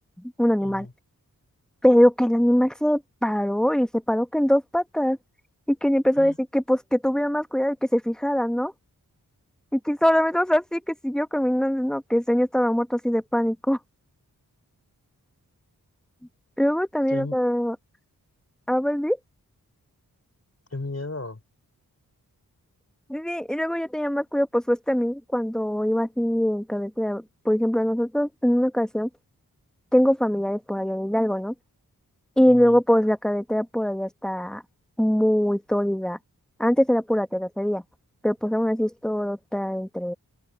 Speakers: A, in the centre; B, on the left.
A: Un animal.
B: Ujú.
A: Pero que el animal se paró y se paró que en dos patas y que le empezó
B: <gasps>
A: a decir que pues que tuviera más cuidado y que se fijara, ¿no? Y que solamente, o sea, sí que siguió caminando, ¿no? Que el señor estaba muerto así de pánico. <laughs> Luego también,
B: ¡Qué,
A: o sea, a ver, sí,
B: qué miedo!
A: sí, y luego ya tenía más cuidado por su este amigo cuando iba así en carretera. Por ejemplo, nosotros en una ocasión tengo familiares por allá en Hidalgo, ¿no? Y
B: Ujú,
A: luego pues la carretera por allá está muy sólida. Antes era pura terracería, pero pues aún así es todo está entre,